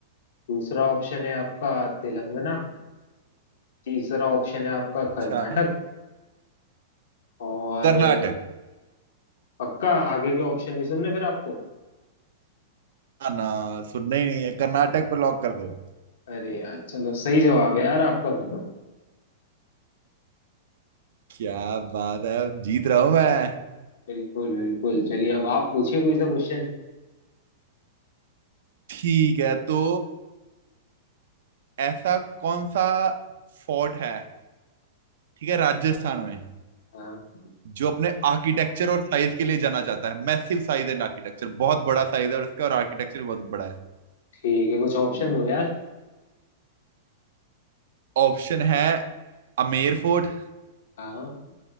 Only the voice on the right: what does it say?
अच्छा
कर्नाटक
ना सुनना ही नहीं है कर्नाटक पे लॉक कर दो
क्या बात है जीत रहा हूं मैं
ठीक है तो ऐसा कौन सा फोर्ट है ठीक है राजस्थान में
जो अपने आर्किटेक्चर और साइज के लिए जाना जाता है मैसिव साइज एंड आर्किटेक्चर बहुत बड़ा साइज है और इसका और आर्किटेक्चर बहुत बड़ा है
ऑप्शन है Amer fort